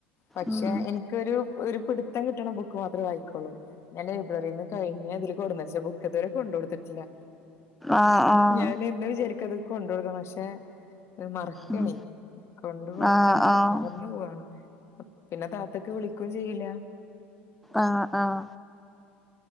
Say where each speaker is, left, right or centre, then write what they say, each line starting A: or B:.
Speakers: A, on the left; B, in the centre.
A: പക്ഷെ
B: ഉം
A: എനിക്കൊരു ഒരു പിടിത്തം കിട്ടണ ബുക്ക് മാത്രേ ആയിക്കോള്ളൂ ഞാൻ ലൈബ്രറിൽന്ന് കഴിഞ്ഞഞ് അതില് കൊടുന്ന പക്ഷേ ബുക്ക്ക്കതുവരെ കൊണ്ട
B: ആഹ് ആഹ്
A: ഞാൻ എന്താ വിചാരിക്കത് കൊണ്ട കൊടുക്കണം പക്ഷെ അത് മറക്കണേ
B: ഉം
A: കൊണ്ട് കൊടുക്കാൻ
B: ആഹ്
A: മ
B: ആഹ്
A: മറന്നു പോവയാണ് പിന്നെ താത്തൊക്ക്െ വിളിക്കുക ചെയ്യ ല്ല
B: ആഹ ആഹ